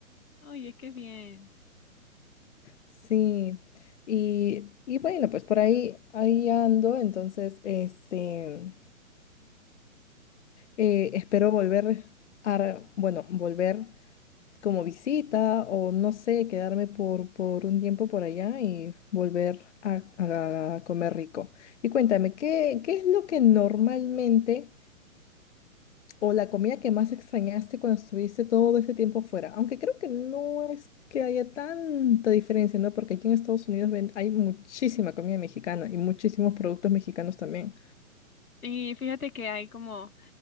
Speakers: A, on the left; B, on the left.
A: Oye, qué bien.
B: Sí, y, y bueno, pues por ahí, ahí ando, entonces, este, eh, espero volver a, bueno, volver. como visita o no sé, quedarme por, por un tiempo por allá y volver a, a- a comer rico. Y cuéntame, ¿qué, qué es lo que normalmente o la comida que más extrañaste cuando estuviste todo ese tiempo fuera? Aunque creo que no es que haya tanta diferencia, ¿no? Porque aquí en Estados Unidos ven- hay muchísima comida mexicana y muchísimos productos mexicanos también.
A: Y fíjate que hay como